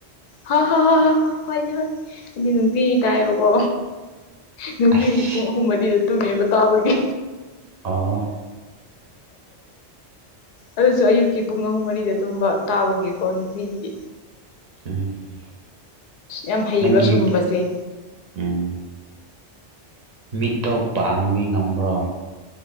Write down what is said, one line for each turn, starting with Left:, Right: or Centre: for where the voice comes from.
Left: ꯍ ꯍꯣ ꯍ ꯍ ꯍꯣꯏꯅꯦ ꯍꯣꯏ ꯍꯥꯏꯗꯤ ꯅꯨꯡꯄꯤꯒꯤ ꯇꯥꯏꯕꯣꯀꯣ ꯅꯨꯡꯇꯤꯒꯤ
Right: ꯑꯁ
Left: ꯄꯨꯡ ꯑꯍꯨꯝ ꯃꯔꯤꯗ ꯇꯨꯝꯃꯦꯕ ꯇꯥꯕꯒꯤ
Right: ꯑꯣ
Left: ꯑꯗꯨꯁꯨ ꯑꯌꯨꯛꯀꯤ ꯄꯨꯡ ꯑꯍꯨꯝ ꯃꯔꯤꯗ ꯑꯗꯨꯝꯕ ꯇꯥꯕꯒꯀꯣ ꯅꯨꯄꯤꯒꯤ
Right: ꯎꯝ
Left: ꯌꯥꯝ ꯍꯩꯕ
Right: ꯅꯪꯒꯤ
Left: ꯁꯨꯝꯕꯁꯦ
Right: ꯎꯝ ꯃꯤꯠꯇꯣ ꯄꯥꯡꯕꯤ ꯉꯝꯕ꯭ꯔꯣ